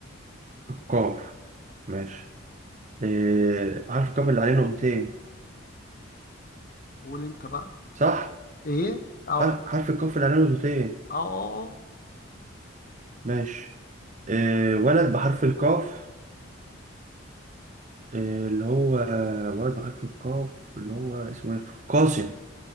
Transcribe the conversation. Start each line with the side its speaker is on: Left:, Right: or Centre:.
Right: القاف ماشي إيه. حرف القاف اللي عليه نقطتين
Left: قول انت بقى
Right: صح
Left: ايه اهو
Right: حرف
Left: اه
Right: حرف القاف اللي عليه نقطتين
Left: اه اه
Right: ماشي آه ولد بحرف القاف آه اللي هو ولد بحرف القاف اللي هو اسمه ايه قاسم